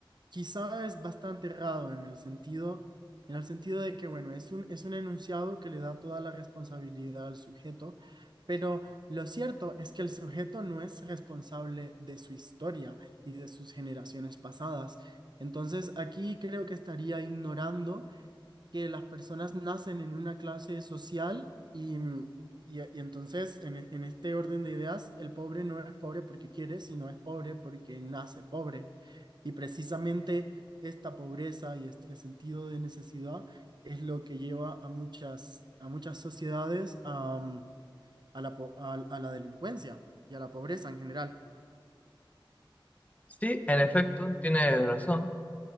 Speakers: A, on the right; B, on the left.
A: quizá es bastante errado en el sentido, en el sentido de que, bueno, es un, es un enunciado que le da toda la responsabilidad al sujeto, pero lo cierto es que el sujeto no es responsable de su historia y de sus generaciones pasadas. Entonces, aquí creo que estaría ignorando que las personas nacen en una clase social y, mm, y- y entonces en, e- en este orden de ideas el pobre no es pobre porque quiere, sino es pobre porque nace pobre. Y precisamente esta pobreza y este sentido de necesidad es lo que lleva a muchas, a muchas sociedades a, mm, a la, po- a a la delincuencia y a la pobreza en general.
B: Sí, en efecto, tiene razón.